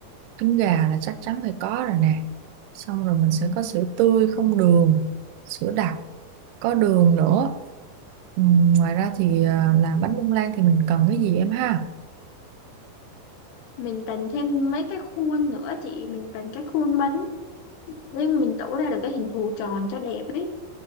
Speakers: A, on the right; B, on the left.
A: trứng gà là chắc chắn phải có rồi nè xong rồi mình sẽ có sữa tươi không đường sữa đặc có đường nữa ừ, ngoài ra thì à, làm bánh bông lan thì mình cần cái gì em ha
B: mình cần thêm mấy cái khuôn nữa chị mình cần cái khuôn bánh để mình tủ ra được cái hình thù tròn cho đẹp ấy